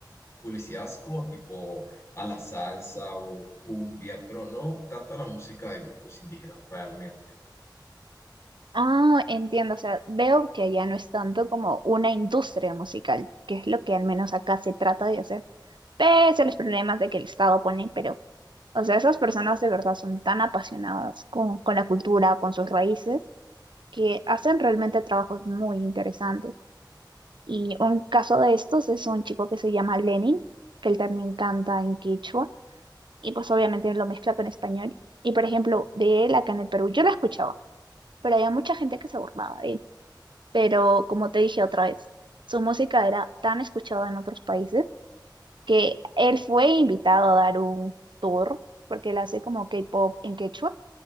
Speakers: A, on the left; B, on the right.
A: publicidad es como tipo a la salsa o cumbia, pero no tanto a la música de grupos indígenas realmente.
B: Ah, entiendo, o sea, veo que allá no es tanto como una industria musical, que es lo que al menos acá se trata de hacer, pese a los problemas de que el Estado pone, pero O sea, esas personas de verdad son tan apasionadas con, con la cultura, con sus raíces, que hacen realmente trabajos muy interesantes. Y un caso de estos es un chico que se llama Lenin, que él también canta en quechua, y pues obviamente lo mezcla con español. Y por ejemplo, de él acá en el Perú, yo lo escuchaba, pero había mucha gente que se burlaba de él. Pero como te dije otra vez, su música era tan escuchada en otros países que él fue invitado a dar un tour, porque él hace como K-pop en quechua